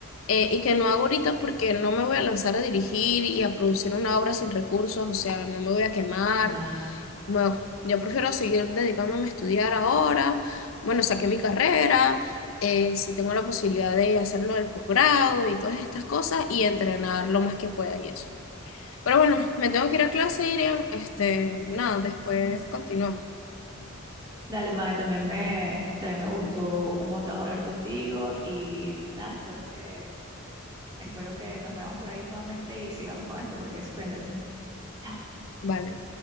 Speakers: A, on the left (about 70°); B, on the right (about 20°).
A: eh, y que no hago ahorita porque no me voy a lanzar a dirigir y a producir una obra sin recursos, o sea, no me voy a quemar,
B: Nada.
A: Bueno, yo prefiero seguir dedicándome a estudiar ahora. Bueno, saqué mi carrera, eh, si tengo la posibilidad de hacerlo del posgrado y todas estas cosas y entrenar lo más que pueda y eso. Pero bueno, me tengo que ir a clase, Irian. Este, nada, después continuamos.
B: Dale, Mae, también me, también me gustó un montón hablar contigo y nada, espero que Espero que nos veamos por ahí nuevamente y sigamos con esto porque es súper interesante. Chao.
A: Vale.